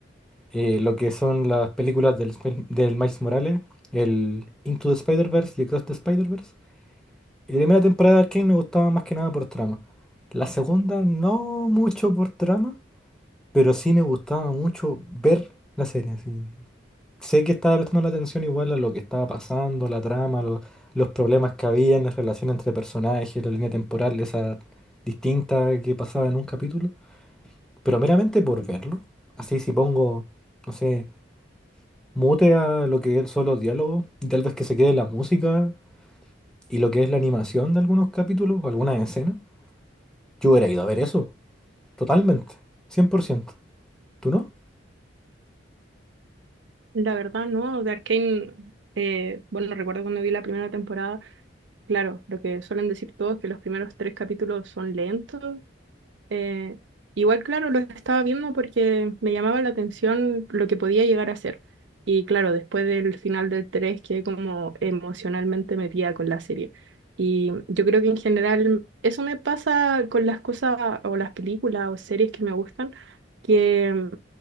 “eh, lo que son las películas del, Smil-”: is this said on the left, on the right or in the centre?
Centre